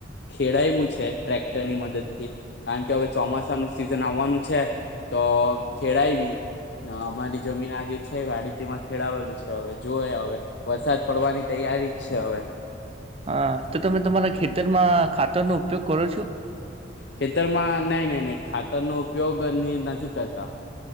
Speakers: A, on the left (about 60°); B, on the right (about 30°).
A: ખેડાયવુ છે ટ્રેક્ટરની મદદથી કારણ કે હવે ચોમાસાનું સિઝન આવવાનું છે. તો ખેડાયવી ન અમારી જમીન આજે છે વાડી તેમાં ખેડાવેલુ છે. હવે જોએ હવે વરસાદ પડવાની તૈયારી જ છે હવે.
B: હા, તો તમે તમારા ખેતરમાં ખાતરનો ઉપયોગ કરો છો.
A: ખેતરમાં નઈ નઈ નઈ ખાતરનો ઉપયોગ નથી કરતા.